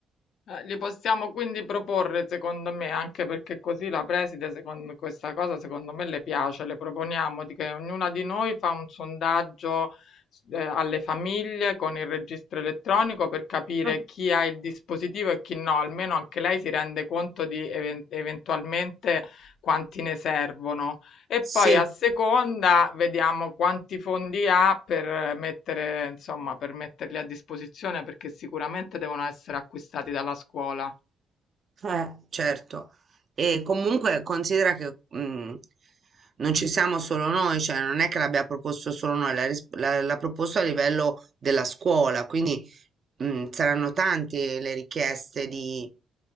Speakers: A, on the left (about 70°); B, on the right (about 45°).
A: Eh, li possiamo quindi proporre, secondo me, anche perché così la preside, secondo questa cosa, secondo me le piace. Le proponiamo di che ognuna di noi fa un sondaggio eh, alle famiglie con il registro elettronico per capire
B: Ah,
A: chi ha il dispositivo e chi no, almeno anche lei si rende conto di even- eventualmente quanti ne servono. E
B: Sì,
A: poi a seconda vediamo quanti fondi ha per mettere, insomma, per metterli a disposizione perché sicuramente devono essere acquistati dalla scuola.
B: Eh, certo. E comunque considera che mh, non ci siamo solo noi, cioè non è che l'abbia proposto solo noi, l'ha ris- l'ha- l'ha proposto a livello della scuola, quindi mh, saranno tante le richieste di,